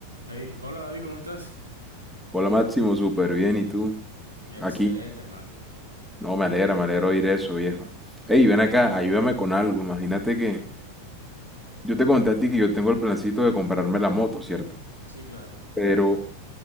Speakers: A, on the right (about 80°); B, in the centre.
A: Hey, hola David, ¿cómo estás?
B: Hola Máximo, súper bien. ¿Y tú?
A: Excelente,
B: Aquí.
A: hermano.
B: No, me alegra, me alegra oír eso, viejo. Ey, ven acá, ayúdame con algo. Imagínate que yo te conté a ti que yo tengo el plancito de comprarme la moto, ¿cierto?
A: Sí, claro.
B: Pero